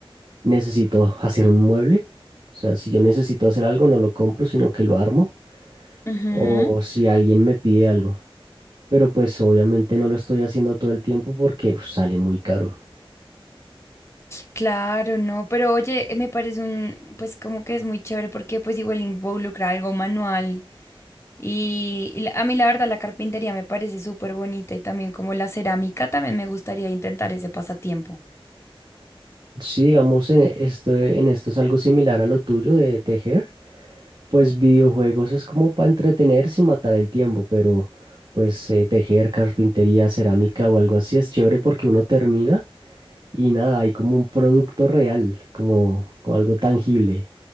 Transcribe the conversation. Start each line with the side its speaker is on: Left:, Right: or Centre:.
Right: necesito hacer un mueble. O sea, si yo necesito hacer algo, no lo compro, sino que lo armo.
Left: Ujú.
Right: O si alguien me pide algo. Pero pues obviamente no lo estoy haciendo todo el tiempo porque uf, sale muy caro.
Left: Claro, no, pero oye, me parece un, pues como que es muy chévere porque pues igual involucra algo manual y, y la- a mí la verdad la carpintería me parece súper bonita y también como la cerámica también me gustaría intentar ese pasatiempo.
Right: Si digamos en e- esto, en esto es algo similar a lo tuyo de tejer, pues videojuegos es como para entretenerse y matar el tiempo, pero pues eh, tejer, carpintería, cerámica o algo así es chévere porque uno termina y nada, hay como un producto real, como como algo tangible.